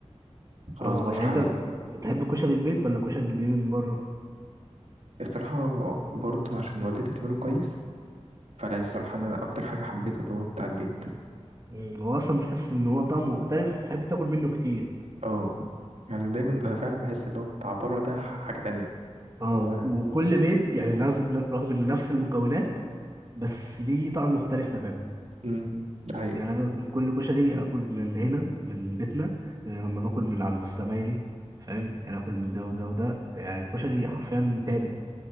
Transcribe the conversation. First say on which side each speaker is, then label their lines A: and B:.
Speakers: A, on the right; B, on the right.
A: خلاص
B: اه
A: بفرح
B: يعني انت
A: أوي
B: بت- بتحب كشري البيت ولا كشري اللي بيجي من بره
A: الصراحة برضو عشان والدتي بتعمله كويس فأنا الصراحة أنا أكتر حاجة حبيته اللي هو بتاع البيت
B: مم، هو اصلا بتحس ان هو طعمه مختلف وبتحب تاكل منه كتير
A: أه يعني دايما أنا فعلا بحس اللي هو بتاع بره ده حاجة تانية
B: اه
A: اللي هو
B: وك- وكل بيت يعني رغم رغم ان نفس المكونات بس ليه طعم مختلف تماما
A: أمم، ده حقيقة
B: يعني انا كان كل كشري اكل من هنا من بيتنا غير لما باكل من عند زمايلي فاهم يعني اكل من ده وده وده يعني الكشري حرفيا تاني